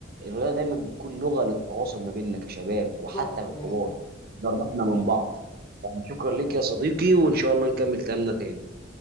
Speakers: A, on the right; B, on the left.
A: الرياضه دايما بتكون لغه للتواصل ما بيننا كشباب وحتى
B: بالظبط آه،
A: ككبار قربنا
B: بالظبط
A: من بعض يعني شكرا لك يا صديقي وإن شاء الله نكمل كلامنا تاني